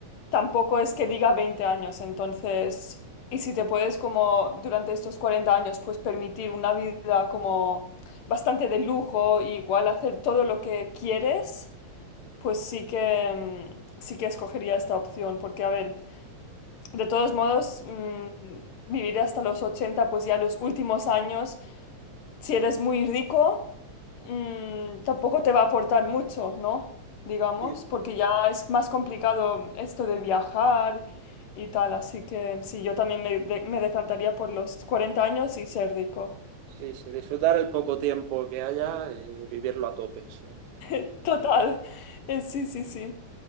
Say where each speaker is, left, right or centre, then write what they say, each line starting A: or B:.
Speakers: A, on the left; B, on the right.
A: tampoco es que diga 20 años, entonces, y si te puedes como durante estos 40 años, pues permitir una vida como bastante de lujo, y igual hacer todo lo que quieres, pues sí que, mm, sí que escogería esta opción, porque a ver, de todos modos, mm, vivir hasta los 80, pues ya los últimos años si eres muy rico, mm, tampoco te va a aportar mucho, ¿no? Digamos,
B: Sí.
A: porque ya es más complicado esto de viajar y tal, así que sí, yo también me, de- me decantaría por los 40 años y ser rico.
B: Sí, sí, disfrutar el poco tiempo que haya y vivirlo a tope, sí.
A: <laughs> Total, Eh, sí, sí, sí.